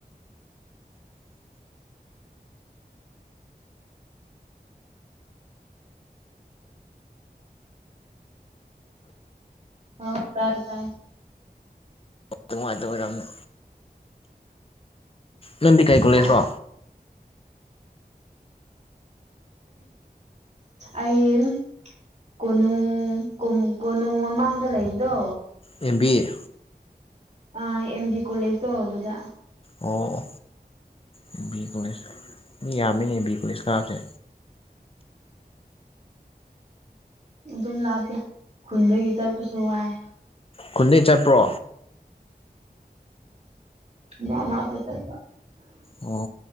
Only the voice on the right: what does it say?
ꯍꯥꯎ ꯇꯥꯏ ꯇꯥꯏ
ꯑꯁ ꯑꯩ ꯀꯣꯅꯨꯡ ꯀꯣꯃꯨ ꯀꯣꯅꯨꯡ ꯃꯃꯥꯡꯗ ꯂꯩꯕꯗꯣ
ꯑ ꯑꯦꯝ ꯕꯤ ꯀꯣꯂꯦꯖ ꯇꯣ ꯑꯗꯨꯗ
ꯎꯝ ꯑꯗꯨꯝ ꯂꯥꯞꯄꯦ ꯈꯨꯟꯗꯒꯤ ꯆꯠꯄꯁꯨ ꯋꯥꯏ
ꯃꯥꯔꯛ ꯃꯥꯔꯛꯇ ꯆꯠꯄ